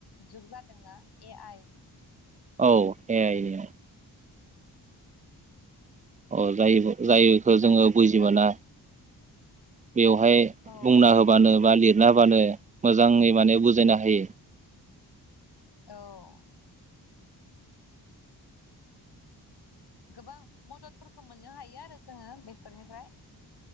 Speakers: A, on the left (about 65°); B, on the right (about 20°).
A: जुग जादोंना ए आइ
B: औ ए आइ नि औ जायोब' जायैखो
A: जायाबो
B: जोङो बुजि
A: जों
B: मोना बेवहाय
A: औ
B: बुंना होबानो बा लिर जाबानो मोजाङै माने बुजायनो हायो।
A: औ गोबां मददफोरखौ मोननो हायो आरो जोङो बेफोरनिफ्राय